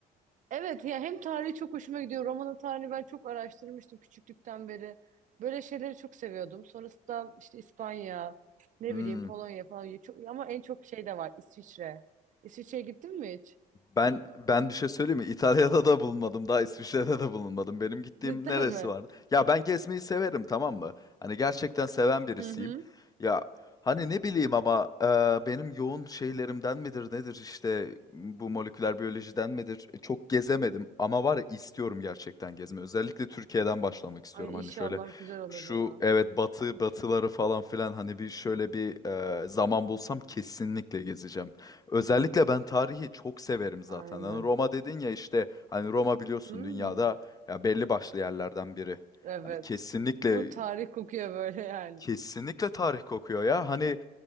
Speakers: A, on the right; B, on the left.
A: Evet ya hem tarihi çok hoşuma gidiyor. Roma'nın tarihini ben çok araştırmıştım küçüklükten beri. Böyle şeyleri çok seviyordum. Sonrasında işte İspanya, ne
B: Hmm.
A: bileyim Polonya falan. Çok, ama en çok şey de var İsviçre. İsviçre'ye gittin mi hiç?
B: Ben ben bir şey söyleyeyim mi? İtalya'da da bulunmadım, daha İsviçre'de de bulunmadım. Benim gittiğim
A: <laughs> Cidden
B: neresi
A: mi?
B: vardı? Ya ben gezmeyi severim tamam mı? Hani gerçekten seven birisiyim.
A: Hı hı.
B: Ya hani ne bileyim ama e, benim yoğun şeylerimden midir nedir işte bu moleküler biyolojiden midir? e, Çok gezemedim ama var ya istiyorum gerçekten gezmeyi. Özellikle Türkiye'den başlamak istiyorum.
A: Ay
B: Hani
A: inşallah
B: şöyle
A: güzel olur
B: şu
A: ya.
B: evet batı batıları falan filan hani bir şöyle bir e, zaman bulsam kesinlikle gezeceğim. Özellikle ben tarihi çok severim zaten.
A: Aynen.
B: Hani Roma dedin ya işte hani Roma biliyorsun
A: Hmm,
B: dünyada ya belli başlı yerlerden biri.
A: evet.
B: Hani kesinlikle
A: Bu tarih kokuyor böyle yani.
B: kesinlikle tarih kokuyor ya. Hani